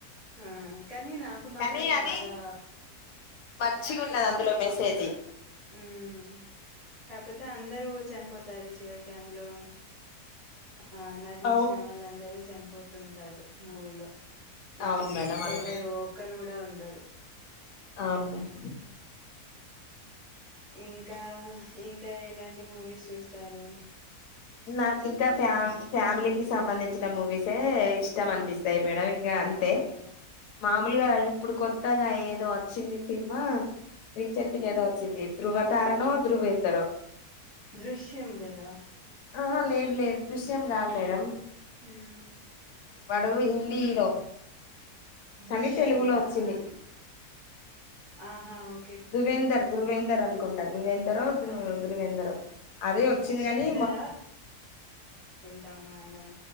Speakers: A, in the centre; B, on the left.
A: ఆ కానీ నాకు మాత్రం
B: కానీ అది
A: బాగా
B: మంచిగా ఉన్నది అందులో మెసేజ్
A: హ్మ్ కాకపోతే అందరు చనిపోతారు చివరికి అందులో ఆ నటించిన
B: అవు
A: వాళ్ళందరూ చనిపోతు తుంటారు మూవీలో లాస్ట్
B: అవును మేడం
A: కి
B: అదే
A: ఎవరు ఒకరు కూడా ఉండరు
B: అవును మేడం
A: ఇంకా ఇంకా ఎలాంటి మూవీస్ చూస్తారు
B: నాకు ఇంకా ఫ్యా ఫ్యామిలీకిి సంబంధించిన మూవీసే ఇష్టం అనిపిస్తాయి మేడం ఇంకా అంతే
A: ఓకే
B: మామూలుగా ఇప్పుడు కొత అత్తగా ఏదో వచ్చింది సినిమా రీసెంట్గా ఏదో వచ్చింది ధ్రువ తారనో ధృువేందరో
A: దృశ్యం కదా
B: ఆహా లేదు లేదు దృశ్యం కాదు మేడం
A: హ్మ్
B: వాడు హిందీ హీరో కానీ
A: దృశ్యంత
B: తెలుగులో వచ్చింది
A: ఆ ఆహా ఓ
B: ధువేందర్ ధృువేందర్ అన్కుంటా ధృవేందర్ ధృ
A: ఆ
B: ధృవేంద్రరో అదే వచ్చింది
A: దుష్యంధర
B: కాని
A: తా మేడం